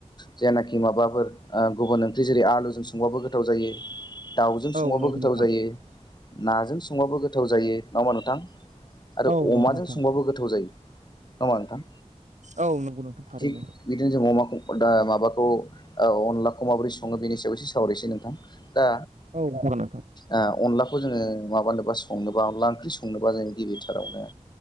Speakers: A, on the left; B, on the right.
A: जायानाखि माबाफोर ओ गुबुन ओंख्रि जेरै आलुजों संबाबो गोथाव जायो। दाउजों
B: औ
A: संबाबो
B: नंगौ
A: गोथाव
B: नोंथां
A: जायो। नाजों संबाबो गोथाव जायो। नङा होमबा नोंथां? आरो
B: औ नंगौ
A: अमाजों
B: नोंथां
A: संबाबो गोथाव जायो नङा होमबा नोंथां?
B: औ नंगौ नोंथां थारैनो।
A: थिग बिदिनो जों अमाखौ दा माबाखौ औ अनलाखौ माबोरै सङो बेनि सायाव एसे सावरायसै नोंथां। दा
B: औ <unintelligible>
A: ओ अनलाखौ जोङो माबानोबा संनोबा अनला ओंख्रि संनोबा जों गिबिथारावनो